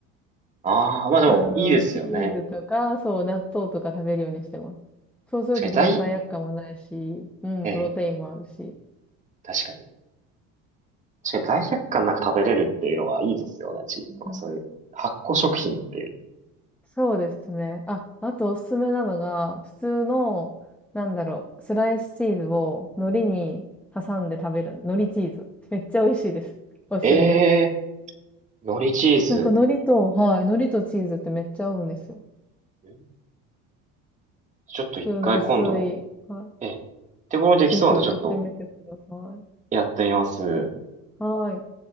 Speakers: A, on the right; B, in the centre.
A: ああ、まあでもいいですよね。
B: あの、チーズとか、そう、納豆とか食べるようにしてます。そうするとそんな罪悪感もないし、
A: 確かに在、
B: うん、
A: ええ、
B: プロテインもあるし。
A: 確かに。確かに罪悪感なく食べれるっていうのはいいですよね。チーズとかそういう発酵食品っていう。
B: うんそうですね。あ、あとおすすめなのが、普通の、なんだろう、スライスチーズを海苔に挟んで食べる、海苔チーズ。めっちゃ美味しいです。おすすめです。
A: ええ、海苔チーズ。
B: なんか海苔と、はい、海苔とチーズってめっちゃ合うんですよ。
A: んちょっと一回今度、
B: 普通の薄い。はい。
A: ええ、手頃にできそうなんでちょっと
B: ぜひやってみてください。
A: やってみます。
B: はい。